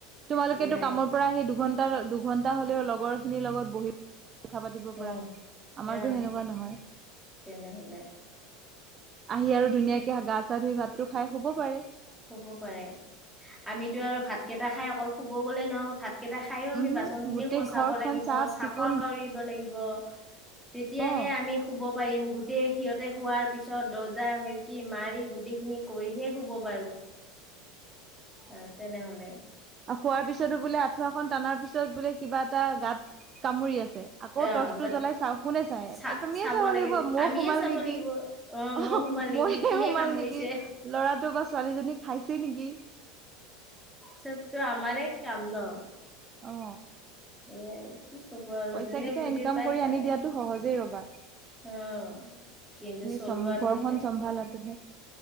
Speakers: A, on the right; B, in the centre.
A: তোমালোকেটো
B: সেয়াই
A: কামৰ পৰা সেই দুঘন্টা দুঘন্টা হলেও লগৰ খিনিৰ লগত বহি কথা পাতিব
B: উম,
A: পৰা আমাৰটো
B: অ',
A: সেনেকুৱা নহয়।
B: তেনেহলে
A: আহি আৰু ধুনীয়াকে
B: উম,
A: গা চা ধুই ভাতটো খাই শুব পাৰে।
B: হ'ব পাৰে আমিতো আৰু ভাতকেইটা খাই অকল শুব গ'লেই নহব ভাত কেইটা খায়ো আমি
A: উমহম
B: বাচন খিনিও
A: গোটেই
B: কচাব
A: ঘৰখন
B: লাগিব
A: চাফ
B: চাফা
A: চিকুণ
B: কৰিব লাগিব। তেতিয়াহে
A: অ
B: আমি শুব পাৰিম গুড গোটেই সিহতে শোৱাৰ পিছত দৰ্জা খিৰিকী মাৰি গোটেই খিনি কৰিহে শুব পাৰোঁ। এ তেনেহলে
A: আৰু খোৱাৰ পিছতো বোলে আঠুৱাখন টানাৰ পিছত বোলে কিবা এটা গাত কামুৰি আছ- আকৌ
B: অ
A: টৰ্চটো জ্বলাই চাওঁ কোনে চাই
B: চা
A: তুমিয়ে চাব
B: লাগিল
A: লাগিব মহ
B: আমিয়ে
A: সোমাল
B: চাব
A: নেকি
B: লাগিব
A: অ
B: মই সোমাল নেকি
A: মহে
B: কিহে
A: সোমাল
B: কামুৰিছে
A: নেকি ল'ৰাটো বা ছোৱালীজনী খাইছে নেকি?
B: চবটো আমাৰে কাম ন।
A: অ
B: সেয়াই কি কব আৰু
A: পইচা
B: যোনে
A: কেইটা
B: বুজি
A: ইনকাম
B: পাই
A: কৰি
B: পায়।
A: আনি দিয়াতো সহজেই ৰবা
B: অ কিন্তু
A: তুমি
B: চলোৱাটোহে
A: চম ঘৰখন চম্ভালাটোহে